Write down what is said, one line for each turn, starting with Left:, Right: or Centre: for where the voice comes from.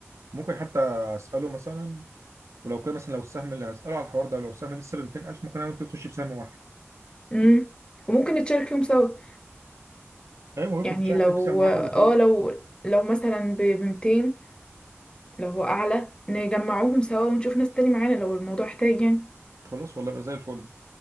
Right: ممكن حتى اساله مثلا ولو كان مثلا لو السهم اللي هساله على الحوار ده لو السهم لسه ب 200000 ممكن انا وانت نخش بسهم واحد
Left: امم وممكن نتشارك فيهم سوا
Right: ايوه ممكن
Left: يعني
Right: نخش انا
Left: لو
Right: وأنت بسهم واحد
Left: اه
Right: وخلاص
Left: لو لو مثلا ب 200 لو هو اعلى نجمعوهم سوا ونشوف ناس تاني معانا لو الموضوع احتاج يعني
Right: خلاص والله يبقى زي الفل